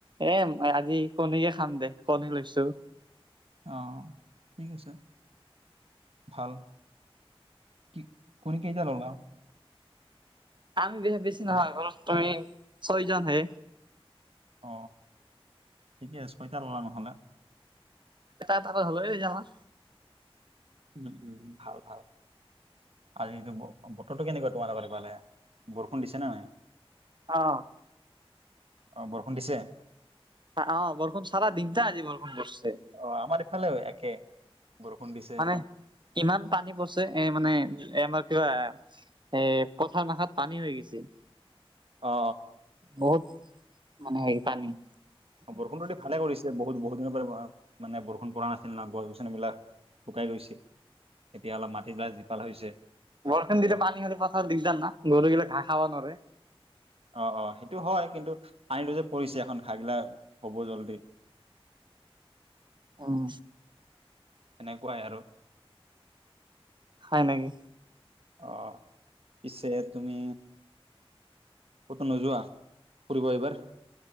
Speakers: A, on the right; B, on the right.
A: এ মই আজি কণীয়ে খাম দে, কণী লৈছো।
B: অ', ঠিক আছে, ভাল। কি কণী কেইটা ল'লা।
A: আমি বে-বেছি নহয়, ঘৰত তুমি ছয়জনহে।
B: অ ঠিকে ছয়টা ল'লা নহ'লে।
A: তাত আকৌ হ'লে সেইদিনা খন
B: উম-উম, ভাল-ভাল। আজি দিনটো ব-বতৰটো কেনেকুৱা তোমালোকৰ সেইফালে, বৰষুণ দিছেনে নাই?
A: অ'।
B: অ, বৰষুণ দিছে?
A: অ', বৰষুন চাৰা দিনটা আজি বৰষুণ পৰছে।
B: অ আমাৰ ইফালেও একে বৰষুণ দিছে।
A: মানে ইমান পানী পৰছে এ, মানে। এ আমাৰ কিবা এ, পথাৰ মাখাত পানী হৈ গৈছে,
B: অ
A: বহুত। মানে সেই পানী
B: বৰষুণতো দি ভালে কৰিছে, বহুত-বহুত মানে বৰষুণ পৰা নাছিল নহ গছ-গছনিবিলাক শুকাই গৈছিল, এতিয়া অলপ মাটিবিলাক জীপাল হৈছে।
A: বৰষুণ
B: ত
A: দিলে পানী হ'লে পথাৰ দিগদাৰ না, গৰু গিলাক ঘাঁ খাব নৰে।
B: অ', -অ' সেইটো হয় কিন্তু, পানীটো যে পৰিছে এখন ঘাগিলা হ'ব জলদি।
A: উম।
B: সেনেকুৱাই আৰু।
A: হয় নেকি।
B: অ', পিছে তুমি, ক'ত নোযোৱা ফুৰিব এইবাৰ।